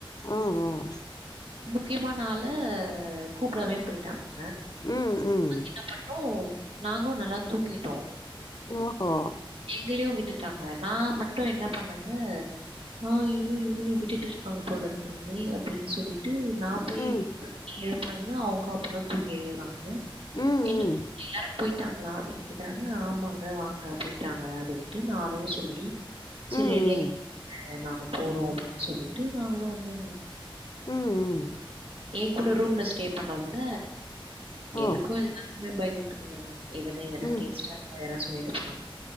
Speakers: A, on the left; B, on the right.
A: ம் ம்
B: முக்கியமான ஆல கூப்புடாமே போயிட்டாங்க
A: ம் ம்
B: என்ன பண்ணோ நாங்களு நல்லா தூங்கிட்டோ
A: ஓ ஹோ
B: எங்களயு விட்டுட்டாங்க நா மட்டு என்ன பண்ணேங்க நா அய்யோ இவுங்களயு விட்டுட்டு இருக்காங்க போல இருக்குங்ளே அப்டின்னு சொல்லி ட்டு நா போயி
A: ம்
B: தட்டி எழுப்புறங்க அவங்களு அப்பதா தூங்கி எழுறாங்க
A: ம்
B: என்ன
A: ம்
B: <unintelligible> எல்லாரு போயிட்டாங்களா அப்பிடின்னு கேக்குறாங்க ஆமாங்க வாங்க போயிட்டாங்க அப்டின்ட்டு நானு சொல்லி
A: ம்
B: சேரி
A: ம்
B: <unintelligible> நாங்க போறோ அப்டின்னு சொல்லிட்டு நாங்களு வந்தோக
A: ம் ம்
B: எ கூட ரூம்ல ஸ்டே பண்ணவங்க எதுக்கு
A: ஓ
B: எல்லாத்துக்குமே பயந்துட்டு இருந்தோங்க எதனே எதா
A: ம்
B: பேசிட்டாங்க எதல்லா சொல்லிட போறாங்க